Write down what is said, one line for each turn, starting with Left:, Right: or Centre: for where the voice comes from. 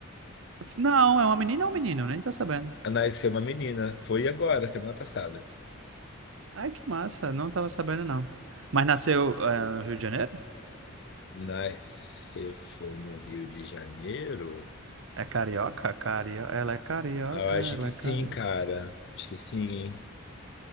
Right: Não, é uma menina ou um menino? Nem tô sabendo.
Left: Nasceu uma menina, foi agora, semana passada.
Right: Ai, que massa, não tava sabendo, não. Mas nasceu, eh, no Rio de Janeiro?
Left: Nasceu, foi no Rio de Janeiro?
Right: É carioca? Cario... Ela é carioca,
Left: Ah, Eu acho
Right: ela
Left: que sim,
Right: é carioca.
Left: cara. Acho que sim, hein?